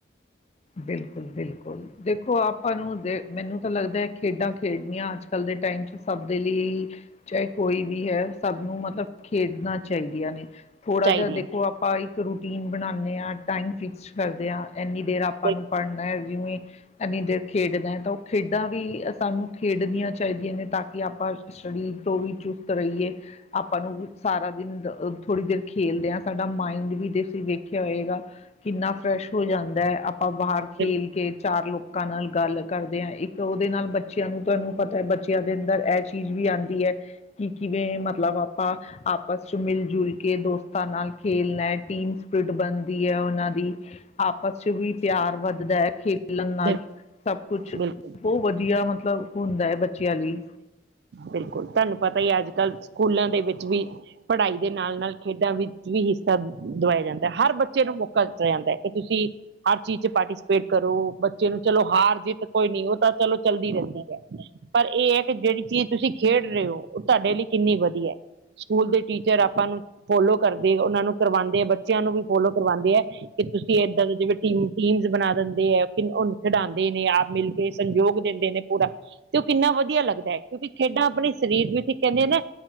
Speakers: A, on the left; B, on the right.
A: ਬਿਲਕੁਲ-ਬਿਲਕੁਲ। ਦੇਖੋ ਆਪਾਂ ਨੂੰ ਮੈਨੂੰ ਤਾਂ ਲੱਗਦਾ ਖੇਡਾਂ ਖੇਡਣੀਆਂ ਅੱਜ ਕੱਲ੍ਹ ਦੇ ਟਾਈਮ ਚ ਸਭ ਦੇ ਲਈ। ਚਾਹੇ ਕੋਈ ਵੀ ਹੈ। ਸਭ ਨੂੰ ਮਤਲਬ ਖੇਡਣਾ ਚਾਹੀਦੀਆਂ ਨੇ। ਥੋੜਾ
B: ਚਾਹੀਦੀ
A: ਜਿਹਾ ਦੇਖੋ
B: ਹੈ
A: ਆਪਾਂ ਇੱਕ ਰੂਟੀਨ ਬਣਾਉਂਦੇ ਹਾਂ ਟਾਈਮ ਫਿਕਸ ਕਰਦੇ ਹਾਂ ਇੰਨੀ ਦੇਰ। ਆਪਾਂ
B: ਬਿਲਕੁਲ
A: ਨੂੰ ਪੜਨਾ ਹਾਂ। ਜਿਵੇਂ ਇੰਨੀ ਦੇਰ ਖੇਡਣਾ ਹੈ ਤਾਂ ਉਹ ਖੇਡਾਂ ਵੀ ਸਾਨੂੰ ਖੇਡਣੀਆਂ ਚਾਹੀਦੀਆਂ ਨੇ ਤਾਂ। ਕਿ ਆਪਾਂ ਸਰੀਰ ਤੋਂ ਵੀ ਚੁਸਤ ਰਹੀਏ। ਆਪਾਂ ਨੂੰ ਸਾਰਾ ਦਿਨ ਥੋੜ੍ਹੀ ਦੇਰ ਖੇਲਦੇ ਹਾਂ ਸਾਡਾ ਮਾਇੰਡ ਵੀ ਅਸੀਂ ਵੇਖਿਆ ਹੋਏਗਾ। ਕਿੰਨਾ ਫਰੈਸ਼ ਹੋ ਜਾਂਦਾ ਹੈ ਆਪਾਂ ਬਾਹਰ ਖੇਲ
B: ਬਿਲਕੁਲ
A: ਕੇ ਚਾਰ ਲੋਕ। ਲੋਕਾ ਨਾਲ ਗੱਲ ਕਰਦੇ ਹਾਂ, ਇੱਕ ਉਹਦੇ ਨਾਲ ਬੱਚਿਆਂ ਨੂੰ ਤੁਹਾਨੂੰ ਪਤਾ ਹੈ ਬੱਚਿਆਂ ਦੇ ਅੰਦਰ ਇਹ ਚੀਜ਼ ਵੀ ਆਉਂਦੀ ਹੈ। ਕਿ ਕਿਵੇਂ ਮਤਲਬ ਆਪਾਂ। ਆਪਸ ਚ ਮਿਲ ਜੁਲ ਕੇ ਦੋਸਤਾਂ ਨਾਲ ਖੇਲਣਾ ਟੀਮ। ਬਣਦੀ ਹੈ ਉਹਨਾਂ ਦੀ ਆਪਸ ਚ ਵੀ ਪਿਆਰ ਵੱਧਦਾ ਹੈ ਖੇਡ। ਮਿਲਣ ਨਾਲ
B: ਬਿਲਕੁਲ
A: ਸਭ ਕੁਛ
B: ਬਿਲਕੁਲ
A: ਬਹੁਤ ਵਧੀਆ ਮਤਲਬ ਹੁੰਦਾ ਹੈ ਬੱਚਿਆਂ ਲਈ।
B: ਬਿਲਕੁਲ ਤੁਹਾਨੂੰ ਪਤਾ ਹੀ ਅੱਜ ਕੱਲ੍ਹ ਸਕੂਲਾਂ ਦੇ ਵਿੱਚ ਵੀ ਪੜ੍ਹਾਈ ਦੇ ਨਾਲ ਨਾਲ ਖੇਡਾਂ ਵੀ ਵੀ ਹਿੱਸਾ ਦਵਾਇਆ ਜਾਂਦਾ ਹਰ ਬੱਚੇ ਨੂੰ ਮੌਕਾ ਦਿੱਤਾ ਜਾਂਦਾ ਹੈ ਕਿ ਤੁਸੀਂ ਹਰ ਚੀਜ਼ ਚ ਪਾਰਟੀਸਪੇਟ ਕਰੋ- ਬੱਚੇ ਨੂੰ ਚਲੋ ਹਾਰ ਜਿੱਤ ਕੋਈ ਨੀ ਉਹ ਤਾਂ ਚਲੋ ਚੱਲਦੀ ਰਹਿੰਦੀ ਹੈ ਪਰ ਇਹ ਜਿਹੜੀ ਚੀਜ਼ ਤੁਸੀਂ ਖੇਡ ਰਹੇ ਹੋ ਉਹ ਤੁਹਾਡੇ ਲਈ ਕਿੰਨੀ ਵਧੀਆ ਹੈ ਸਕੂਲ ਦੇ ਟੀਚਰ ਆਪਾਂ ਨੂੰ ਫੋਲੋ ਕਰਦੇ ਉਹਨਾਂ ਨੂੰ ਕਰਵਾਉਂਦੇ ਹੈ ਬੱਚਿਆਂ ਨੂੰ ਵੀ ਫੋਲੋ ਕਰਵਾਉਂਦੇ ਹੈ ਕਿ ਤੁਸੀਂ ਏਦਾਂ ਦੇ ਜਿਵੇਂ ਟੀਮ ਬਣਾ ਦਿੰਦੇ ਆ ਉਹੂੰ ਖਿਡਾਉਂਦੇ ਨੇ ਆਪ ਮਿਲ ਕੇ ਸੰਯੋਗ ਦਿੰਦੇ ਨੇ ਪੂਰਾ ਤੇ ਉਹ ਕਿੰਨਾ ਵਧੀਆ ਲੱਗਦਾ ਹੈ ਕਿਉਂਕਿ ਖੇਡਾਂ ਆਪਣੇ ਸਰੀਰ ਨੂੰ ਵਿੱਚ ਕਹਿੰਦੇ ਨਾ